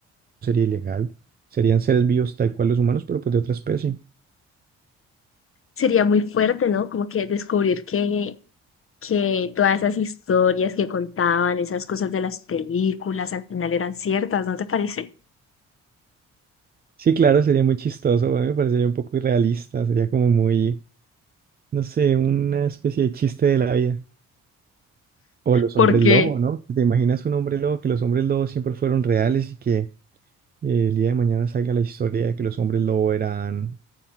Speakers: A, on the right (about 30°); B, on the left (about 45°).
A: sería ilegal. Serían seres vivos tal cual los humanos, pero pues de otra especie.
B: Sería muy fuerte, ¿no? Como que descubrir que que todas esas historias que contaban, esas cosas de las películas, al final eran ciertas, ¿no te parece?
A: Sí, claro, sería muy chistoso, a mí me parecería un poco irrealista, sería como muy, no sé, una especie de chiste de la vida. O los
B: Porque
A: hombres lobo, ¿no? ¿Te imaginas un hombre lobo, que los hombres lobos siempre fueron reales y que eh, el día de mañana salga la historia de que los hombres lobo eran